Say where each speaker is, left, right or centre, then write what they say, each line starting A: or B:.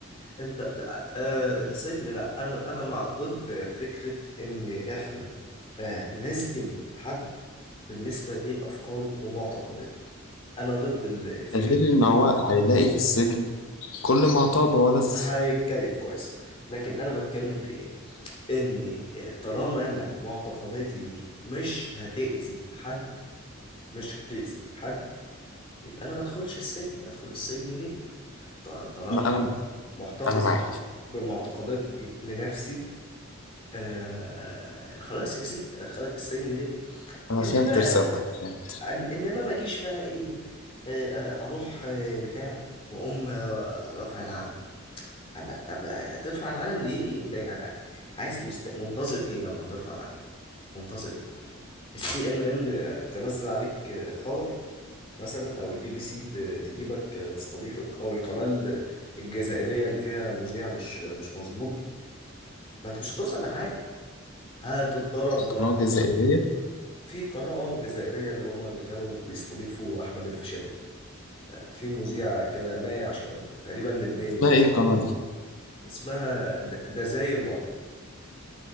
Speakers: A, on the left; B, on the left.
A: انت لا آه السجن لا انا انا مع ضد فكرة ان احنا آه نسجن حد بالنسبة لافكاره ومعتقداته انا ضد ال- الفكرة
B: ده غير
A: دي
B: إن هو هيلاقي في السجن كل ما طاب ولز
A: هيتكيف كويس لكن انا بتكلم في ايه ان آه، طالما انا معتقداتي دي مش هتأذي حد مش هتأذي حد يبقى انا ما ادخلش السجن ادخل السجن ليه ط- طالما
B: ما
A: أنا
B: انا
A: محتفظ
B: انا معاك
A: بمعتقداتي دي لنفسي آه خلاص يا سيدي ادخلك السجن ليه
B: انا
A: انما
B: فهمت رسالتك فهمت
A: إن- انما ما اجيش بقى ايه آه آه، اروح آه بتاع واقوم آه رافع العلم لا طب هترفع العلم ليه انت يعني عايز مست... منتظر ايه لما ترفع العلم منتظر ايه السي ان ان تنزل عليك آه، خبر مثلا او البي بي سي ت- تجيبك آه، تستضيفك او القناة ال- الجزائرية اللي فيها مذيع مش مش مظبوط دي ما انت مش هتوصل لحاجة هتتضرب
B: القناه الجزائريه
A: في قناة اه جزائرية اللي هم اللي كانوا بيستضيفوا أحمد الفيشاوي في مذيع كده مايع شوية تقريبا لبناني
B: اسمها
A: بس
B: ايه القناه دي
A: اسمها د- دزاير وان